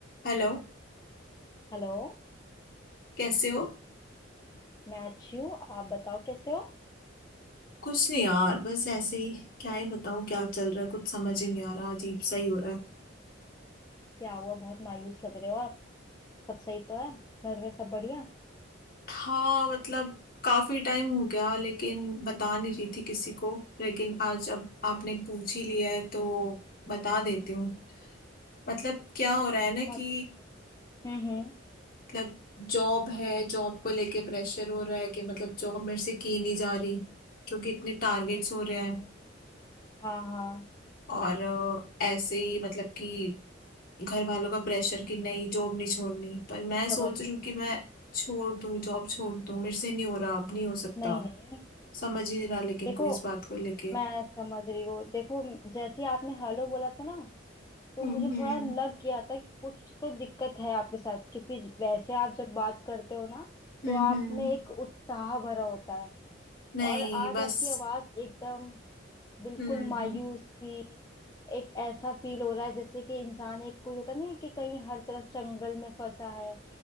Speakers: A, on the left; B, on the left.
A: हेलो
B: हेलो
A: कैसे हो
B: मैं अच्छी हूँ आप बताओ कैसे हो
A: कुछ नहीं यार बस ऐसे ही क्या ही बताऊं क्या चल रहा है कुछ समझ ही नहीं आ रहा अजीब सा ही हो रहा है
B: क्या हुआ बहुत मायूस लग रहे हो आप सब सही तो है घर में सब बढ़िया
A: था मतलब काफी टाइम हो गया लेकिन बता नहीं रही थी किसी को लेकिन आज अब आपने पूछ ही लिया है तो बता देती हूँ मतलब क्या हो रहा है ना
B: समझ
A: कि
B: सकती हूँ हम्म हम्म
A: मतलब जॉब है जॉब को लेके प्रेशर हो रहा है कि मतलब जॉब मेरे से की नहीं जा रही क्योंकि इतने टारगेट्स
B: मैं समझ
A: हो रहे हैं
B: रही हूँ हाँ हाँ
A: और अ, ऐसे ही मतलब कि घर वालों का प्रेशर कि नहीं जॉब नहीं छोड़नी पर मैं सोच
B: समझ रहे
A: रही हूँ
B: हैं
A: कि मैं
B: हाँ
A: छोड़ दूँ जॉब छोड़ दूँ मेरे से नहीं हो रहा अब नहीं हो सकता
B: नहीं नहीं
A: समझ ही नहीं रहा लेकिन
B: देखो
A: कोई इस बात को लेके
B: मैं समझ रही हूँ देखो जैसे आपने हेलो बोला था ना तो
A: हम्म
B: मुझे
A: हम्म
B: थोड़ा लग गया था कि कुछ तो दिक्कत है आपके साथ क्योंकि वैसे आप जब बात करते हो ना
A: हम्म
B: तो आप
A: हम्म,
B: में एक उत्साह भरा होता है
A: नहीं
B: और आज
A: बस
B: आपकी आवाज एकदम बिल्कुल
A: हम्म
B: मायूस सी एक ऐसा फील हो रहा है जैसे कि इंसान एक कोई होता नहीं है कि कहीं हर तरफ जंगल में फंसा है